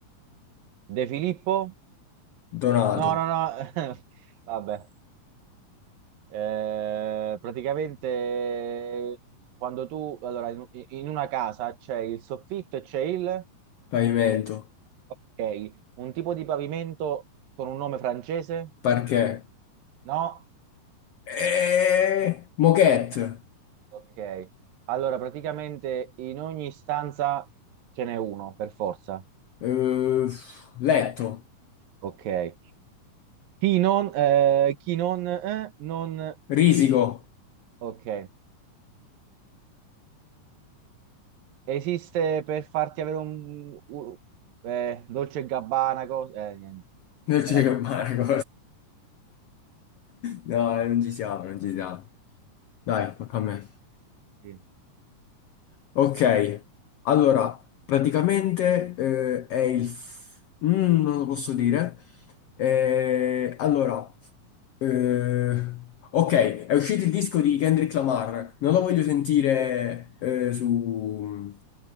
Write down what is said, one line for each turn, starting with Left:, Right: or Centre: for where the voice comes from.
Right: De Filippo?
Left: Donato,
Right: No, no, no. <laughs> Vabbè. Eh, praticamente quando tu, allora, in, in una casa c'è il soffitto e c'è il...
Left: <laughs> pavimento,
Right: Ok, un tipo di pavimento con un nome francese?
Left: parquet,
Right: No?
Left: eh, moquette,
Right: Ok. Allora, praticamente in ogni stanza ce n'è uno, per forza.
Left: eh, letto,
Right: Ok. Chi non, eh, chi non, eh, non...
Left: risico.
Right: Ok. Esiste per farti avere un... un- eh, Dolce e Gabbana, cosa... Eh, niente.
Left: Non
Right: Era
Left: ci <laughs> credo, Marco. No,
Right: proprio...
Left: non ci siamo, non ci siamo. Dai, tocca a me.
Right: Sì.
Left: Ok, allora, praticamente eh, è il... f- Mm, non lo posso dire. Eh, allora, eh, ok, è uscito il disco di Kendrick Lamar. Non lo voglio sentire eh, su...